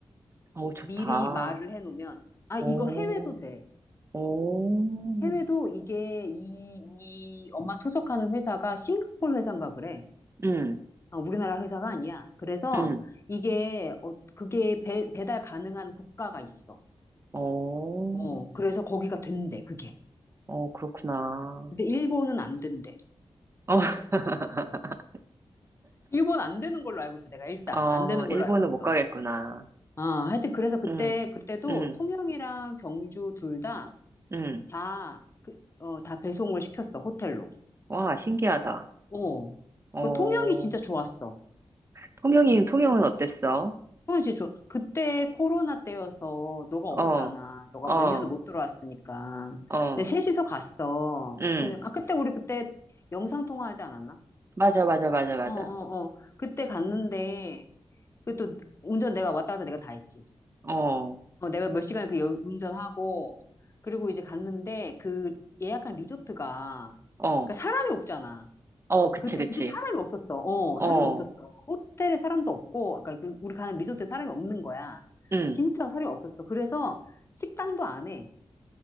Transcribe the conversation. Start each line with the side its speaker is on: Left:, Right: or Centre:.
Right: 어, 좋다.
Left: 미리 말을 해놓으면, 아,
Right: 오,
Left: 이거 해외도 돼.
Right: 오,
Left: 해외도 이게, 이, 이, 엄마 투석하는 회사가 싱가포르 회사인가 그래.
Right: 음,
Left: 아, 우리나라 회사가 아니야. 그래서,
Right: 음.
Left: 이게, 어, 그게 배, 배달 가능한 국가가 있어.
Right: 오,
Left: 어, 그래서 거기가 된대, 그게.
Right: 어, 그렇구나.
Left: 근데 일본은 안 된대.
Right: 어, <laughs>
Left: 일본 안 되는 걸로 알고 있어, 내가 일단.
Right: 어,
Left: 안 되는 걸로
Right: 일본은
Left: 알고 있어.
Right: 못 가겠구나.
Left: 아, 하여튼 그래서 그때,
Right: 음,
Left: 그때도
Right: 음,
Left: 통영이랑 경주 둘 다,
Right: 음.
Left: 다, 그, 어, 다 배송을 시켰어, 호텔로.
Right: 와, 신기하다.
Left: 어.
Right: 어,
Left: 그 통영이 진짜 좋았어.
Right: 통영이, 통영은 어땠어?
Left: 통영 진짜 좋아. 그때 코로나 때여서 너가
Right: 어,
Left: 없었잖아. 너가
Right: 어,
Left: 몇 년을 못 들어왔으니까.
Right: 어,
Left: 근데 셋이서 갔어,
Right: 음.
Left: 통영. 아, 그때 음. 우리 그때 영상 통화하지 않았나?
Right: 맞아, 맞아, 맞아, 맞아.
Left: 어, 어, 어. 그때 갔는데, 그 또 운전 내가 왔다 갔다 내가 다 했지.
Right: 어,
Left: 어, 내가 몇 시간 그 여- 운전하고, 그리고 이제 갔는데, 그 예약한 리조트가,
Right: 어.
Left: 그니까 사람이 없잖아.
Right: 어, 그치,
Left: 그때
Right: 그치.
Left: 진짜 사람이 없었어. 어,
Right: 어,
Left: 사람이 없었어. 호텔에 사람도 없고, 아까 그 우리 가는 리조트에 사람이 없는 거야.
Right: 응.
Left: 진짜 사람이 없었어. 그래서 식당도 안 해.